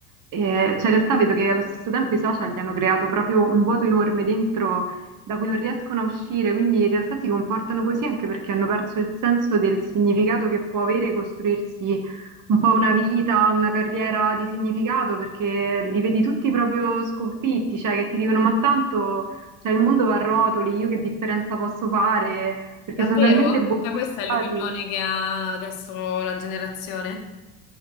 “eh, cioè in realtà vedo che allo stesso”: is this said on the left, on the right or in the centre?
Right